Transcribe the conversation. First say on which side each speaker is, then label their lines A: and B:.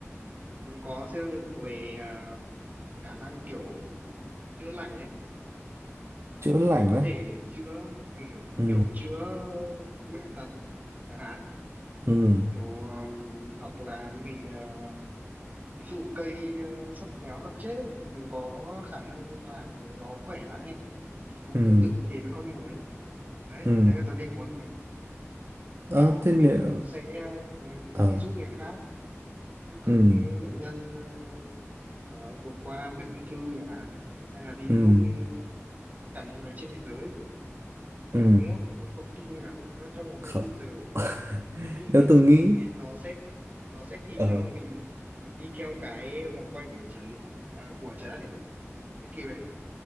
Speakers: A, on the right (about 35°); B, on the right (about 60°).
A: muốn có siêu năng lực về à, khả năng kiểu chữa lành ấy,
B: chữa
A: kiểu
B: lành
A: mình có
B: á
A: thể chữa ừm,
B: ừ.
A: kiểu chữa bệnh tật chẳng hạn
B: Ừ.
A: kiểu ừm, hoặc là mình ờ, ví dụ cây ờ, sắp héo sắp chết ấy, thì mình có khả năng làm nó khỏe lại ấy. thì cũng
B: ừ
A: tương tự như thế với con người ấy. đấy
B: ừ
A: đấy là Tuấn Linh muốn như thế
B: ờ
A: kiểu
B: thế
A: mình
B: nữa
A: sẽ ừm,
B: ờ
A: đi giúp người khác giúp các
B: ừ
A: ừ, bệnh nhân ờ, ờ, vượt qua bệnh ung thư chẳng hạn hay là đi
B: ừ
A: giúp ừ, tất cả mọi người trên thế giới
B: ừ
A: được đúng không có, có kỳ không nhỉ Thế là trong vòng 24
B: không
A: giờ
B: <laughs>
A: Tuấn Linh
B: nếu
A: nghĩ là
B: tôi
A: sẽ,
B: nghĩ
A: nên nó sẽ nó sẽ kịp
B: ờ
A: nếu mà mình mình đi theo cái vòng quay của mặt trời à, của trái đất ấy sẽ kịp vậy